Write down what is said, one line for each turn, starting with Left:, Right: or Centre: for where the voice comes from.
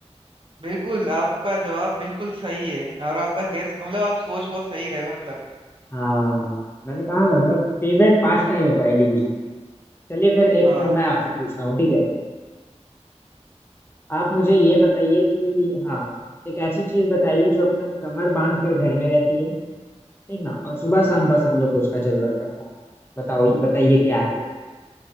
Right: बिल्कुल आपका जवाब बिल्कुल सही है और आपका गैस मतलब आप सोच बहुत सही रहे हो मतलब
Left: हाँ मैंने कहा ना मेरा फेवरेट पास्ट टाइम है पहेली बुझाना चलिए फिर एक
Right: हाँ
Left: मैं आपसे पूछता हूँ ठीक है आप मुझे ये बताइए कि हाँ एक ऐसी चीज बताइए जो अपना कमर बांध कर घर में रहती है ठीक ना और सुबह
Right: हाँ
Left: शाम बस हम लोग को उसका जरूरत पड़ता है बताओ बताइए क्या है वो